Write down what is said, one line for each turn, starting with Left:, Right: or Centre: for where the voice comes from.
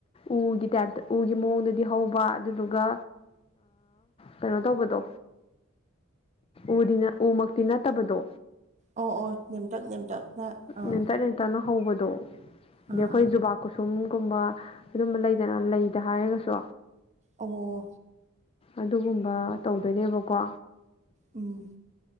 Left: ꯎꯒꯤ ꯇꯥꯏꯞꯇ ꯎꯒꯤ ꯃꯑꯣꯡꯗꯗꯤ ꯍꯧꯕ ꯑꯗꯨꯗꯨꯒ ꯀꯩꯅꯣ ꯇꯧꯕꯗꯣ ꯎꯗꯤ ꯎꯃꯛꯇꯤ ꯅꯠꯇꯕꯗꯣ
Right: ꯑꯣ ꯑꯣ ꯅꯦꯦꯝꯇꯛ ꯅꯦꯝꯇꯛ ꯑꯥ
Left: ꯂꯦꯝꯇ ꯂꯦꯝꯇꯅ ꯍꯧꯕꯗꯣ ꯑꯗꯤ
Right: ꯑꯥ
Left: ꯑꯩꯈꯣꯏ
Right: ꯑꯥ
Left: ꯖꯨꯕꯥ ꯀꯨꯁꯨꯝ ꯨꯝꯕ ꯑꯗꯨꯝꯕ ꯂꯩꯗꯅ ꯂꯩꯗ ꯍꯥꯏꯔꯒꯁꯨ
Right: ꯑꯕꯨꯣ
Left: ꯑꯗꯨꯒꯨꯝꯕ ꯇꯧꯗꯣꯏꯅꯦꯕꯀꯣ
Right: ꯎꯝ